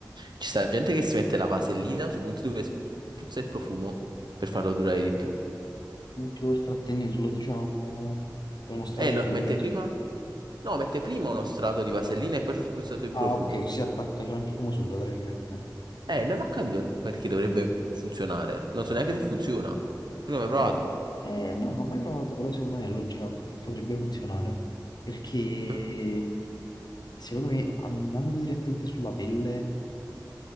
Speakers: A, on the right (about 75°); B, on the left (about 65°).
A: Ci sta gente che si mette la vasellina sui punti dove spruzza il profumo per farlo durare di più.
B: non ti vuoi trattenerlo, diciamo, è uno strato
A: E lo
B: sopra,
A: mette
B: insomma.
A: prima No, mette prima uno strato di vasellina e poi ci spruzza sul
B: Ah,
A: profumo.
B: ok, così si attacca cioè, il profumo sopra, tra virgolette.
A: Eh, non ho capito perché dovrebbe funzionare. Non so neanche se funziona. Tu non hai
B: No,
A: mai provato?
B: eh, no, non l'ho mai provato, però secondo me la logica potrebbe funzionare. Perché
A: Cioè,
B: secondo me andando direttamente sulla pelle